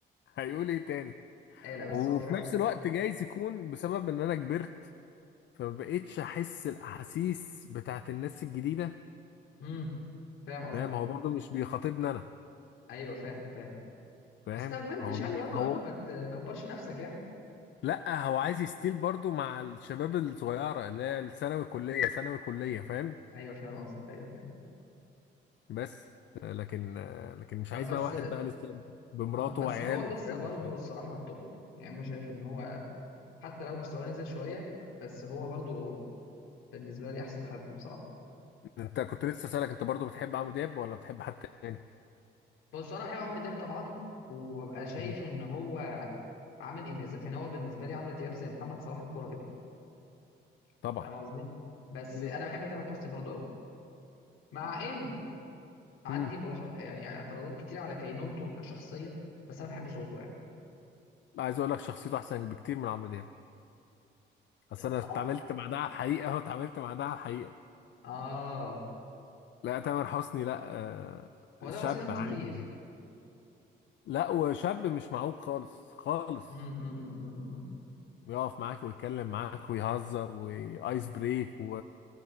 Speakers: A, on the left; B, on the left.
A: هيقول ايه تاني
B: ايوه لا بس
A: وفي
B: هو فعلا
A: نفس الوقت جايز يكون بسبب ان انا كبرت فمبقتش احس الاحاسيس بتاعت الناس الجديده
B: امم فاهم قصدك
A: فاهم هو برضه مش بيخاطبني انا
B: ايوه فاهم فاهم
A: فاهم
B: بس انت ما كبرتش
A: هو بي...
B: يعني برضو
A: هو
B: قوي ما تكبرش نفسك يعني
A: لا هو عايز يستيل برضه مع الشباب الصغيره اللي هي الثانوي كليه ثانوي كليه فاهم
B: ايوه فاهم قصدك ايوه فاهم
A: بس آه، لكن آه، لكن مش
B: طب
A: عايز
B: بس
A: بقى واحد بقى لسه بمراته
B: آه، بس
A: وعياله
B: هو لسه
A: فاهم
B: برضو
A: مش عارف.
B: الصراحه التوب يعني انا شايف ان هو حتى لو مستواه نزل شويه بس هو برضو بالنسبه لي احسن حد بصراحه
A: انت كنت لسه سالك انت برضه بتحب عمرو دياب ولا بتحب حد تاني
B: بص انا بحب عمرو دياب طبعا وببقى شايف
A: مم.
B: ان هو عامل انجازات يعني هو بالنسبه لي عمرو دياب زي محمد صلاح الكوره كده
A: طبعا
B: فاهم قصدي بس
A: مم.
B: انا بحب تامر حسني برضو قوي مع ان عندي
A: مم.
B: ملاحظ يعني اعتراضات كتير على كينونته كشخصيه بس انا بحب صوته يعني
A: عايز اقول لك شخصيته احسن بكتير من عمرو دياب بس
B: اه
A: انا اتعاملت مع ده على الحقيقه اهو اتعاملت مع ده على الحقيقه
B: اه
A: لا تامر حسني لا آه،
B: هو
A: شاب
B: ده حسني دمه
A: عادي
B: خفيف
A: لا وشاب مش معوق خالص خالص
B: امم أمم، أمم، أمم، أمم.
A: بيقف معاك ويتكلم معاك ويهزر وايس بريك